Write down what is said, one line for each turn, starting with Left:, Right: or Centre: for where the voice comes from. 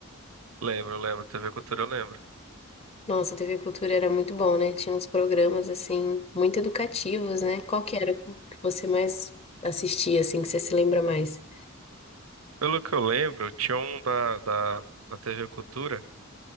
Right: Lembro, lembro, TV Cultura eu lembro.
Left: Nossa, a TV Cultura era muito bom, né? Tinha uns programas, assim, muito educativos, né? Qual que era o que você mais assistia, assim, que você se lembra mais?
Right: Pelo que eu lembro, tinha um da, da, da TV Cultura,